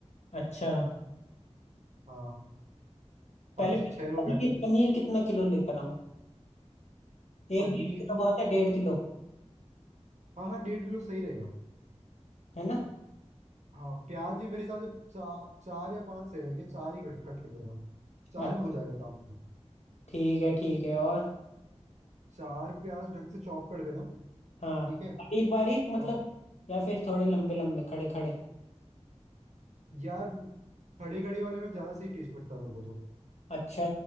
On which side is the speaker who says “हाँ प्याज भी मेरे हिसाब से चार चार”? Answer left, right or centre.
Right